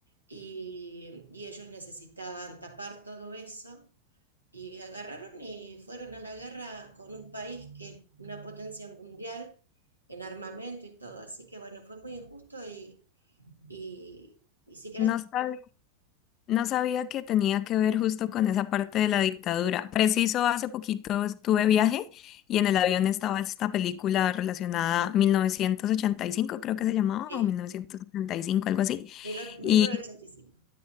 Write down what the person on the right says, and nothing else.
y, y ellos necesitaban tapar todo eso y agarraron y fueron a la guerra con un país que es una potencia mundial en armamento y todo. Así que bueno, fue muy injusto y, y, y si querés,
sí,
1985.